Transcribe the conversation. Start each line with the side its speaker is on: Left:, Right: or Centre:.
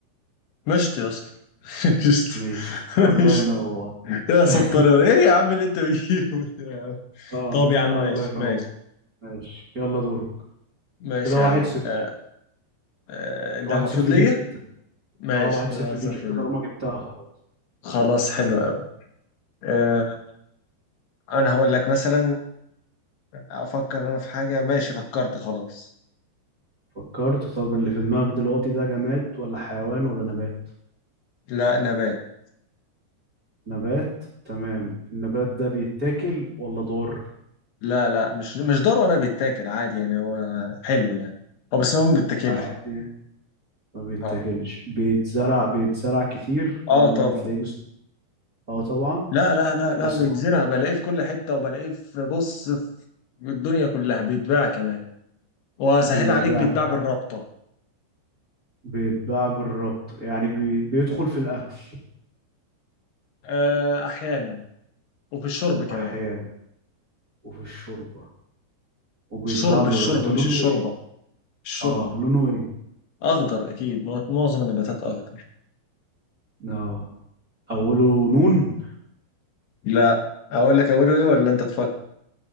Left: مشط يا اسطى <laughs> مشط
Right: ماشي
Left: مشط
Right: الله ينور
Left: يا سطر
Right: <laughs>
Left: ايه يا عم اللي انت بتجيبه ده يا عم؟
Right: اه
Left: طب يا عم ماشي
Right: الله
Left: ماشي
Right: ينور ماشي يلا دورك
Left: ماشي
Right: كده واحد
Left: يا عم
Right: صفر
Left: آه، آه، ده
Right: واحد
Left: المفروض
Right: صفر
Left: ليا
Right: ليك انت
Left: ماشي
Right: اه واحد
Left: كده
Right: صفر
Left: واحد صفر
Right: ليك انت
Left: ليا
Right: طالما جبتها خلاص
Left: خلاص حلو
Right: يلا
Left: قوي آه، انا هقول لك مثلا افكر انا في حاجة ماشي فكرت خلاص
Right: فكرت طب اللي في دماغك دلوقتي ده جماد ولا حيوان ولا نبات
Left: لا نبات
Right: نبات تمام النبات ده بيتاكل ولا ضار
Left: لا لا مش مش ضروري انا بيتاكل عادي يعني هو حلو يعني هو بس هو ما بيتاكلش
Right: عادي ما بيتاكلش
Left: اه
Right: بيتزرع بيتزرع كتير ولا
Left: اه طبعا
Right: بتلاقيه بس اه طبعا
Left: لا لا لا
Right: بس
Left: لا بيتزرع
Right: هو
Left: بلاقيه في كل حته وبلاقيه في بص في الدنيا كلها بيتباع كمان وسهل
Right: بيتباع
Left: عليك بيتباع
Right: كمان.
Left: بالرابطه
Right: بيتباع بالربط يعني بي... بيدخل في الاكل
Left: آه احيانا وفي الشرب كمان
Right: احيانا وفي الشوربه وبيتباع
Left: الشرب
Right: بالربط
Left: الشرب مش
Right: لونه
Left: الشوربه
Right: ايه
Left: الشرب
Right: اه لونه ايه
Left: اخضر اكيد ما هو معظم النباتات اخضر
Right: اه أوله نون
Left: لا اقول لك اقوله ايه ولا انت تفكر